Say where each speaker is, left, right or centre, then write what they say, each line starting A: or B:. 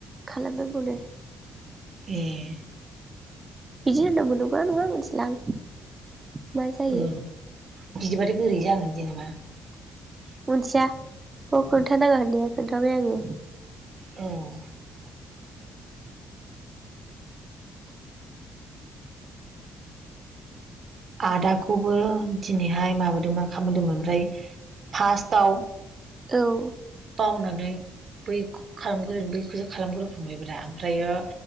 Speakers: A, on the right; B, on the right.
A: खालामनांगौनो।
B: ए
A: बिदि होन्दोंमोन नंगौना नङा मोनथिला आं। मा जायो
B: उ बिदिबाथाय बोरै जागोन जेनेबा।
A: मोनथिया खोन्थानाङा होननाया खोन्थाबाय आङो।
B: अ आदाखौबो दिनैहाय माबादोंमोन खामदोंमोन ओमफ्राय फार्स्टआव
A: औ
B: बावनानै बैखौ खालामग्रो बैखौसो खालामग्रो फांबायब्रा ओमफ्रायो